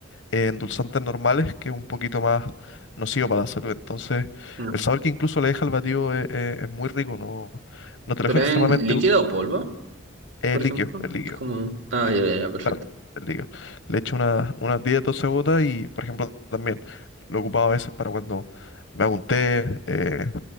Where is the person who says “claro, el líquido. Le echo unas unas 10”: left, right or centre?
Left